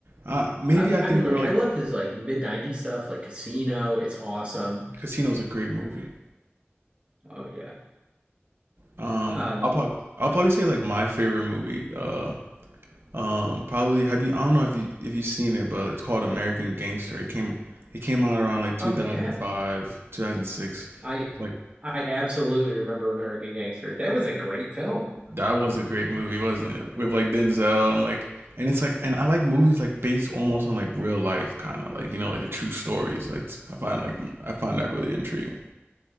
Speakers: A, on the right; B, on the right.
A: Uh, maybe
B: I
A: I
B: I
A: think
B: mean like
A: they were like
B: I love his like mid 90s stuff like Casino is awesome.
A: Casino's a great movie.
B: Oh yeah.
A: Um,
B: Um
A: I'll probably I'll probably say like my favorite movie. Uh, um, probably have you? I don't know if you if you've seen it, but it's called American Gangster. It came it came out around like 2005,
B: oh yeah.
A: 2006.
B: I
A: Like
B: I absolutely remember American Gangster. That was a great film.
A: that was a great movie, wasn't it? With like Denzel and like and it's like and I like movies like based almost on like real life, kind of like you know like the true stories. It's I find like I find that really intriguing.